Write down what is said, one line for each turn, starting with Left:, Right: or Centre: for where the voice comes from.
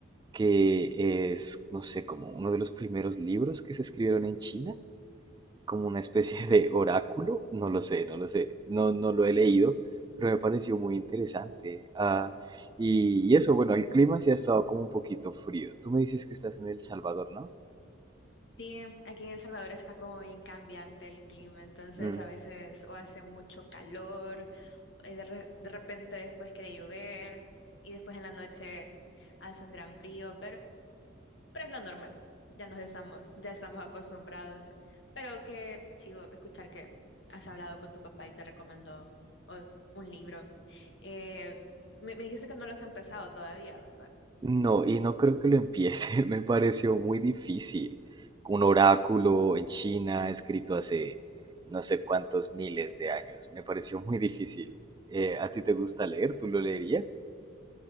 Right: que es, no sé, como uno de los primeros libros que se escribieron en China, como una especie de <laughs> oráculo, no lo sé, no lo sé, no, no lo he leído, pero me pareció muy interesante. Ah, y, y eso, bueno, el clima sí ha estado como un poquito frío. Tú me dices que estás en El Salvador, ¿no?
Left: Sí, aquí en El Salvador está como bien cambiante el clima, entonces
Right: Mm,
Left: a veces o hace mucho calor, eh, de, re- de repente después quiere llover y después en la noche hace un gran frío, pero es lo normal, ya nos estamos, ya estamos acostumbrados, pero que sigo escuchar que has hablado con tu papá y te recomendó o- un libro. Eh, me, me dijiste que no lo has empezado todavía, ¿verdad?
Right: No, y no creo que lo empiece, <laughs> me pareció muy difícil. Un oráculo en China escrito hace no sé cuántos miles de años, me pareció muy difícil. Eh, ¿a ti te gusta leer? ¿Tú lo leerías?